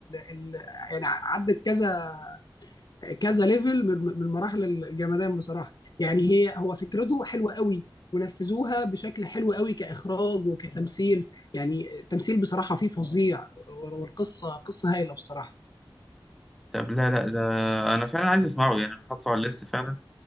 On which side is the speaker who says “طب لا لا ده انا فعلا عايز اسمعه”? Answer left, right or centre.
Centre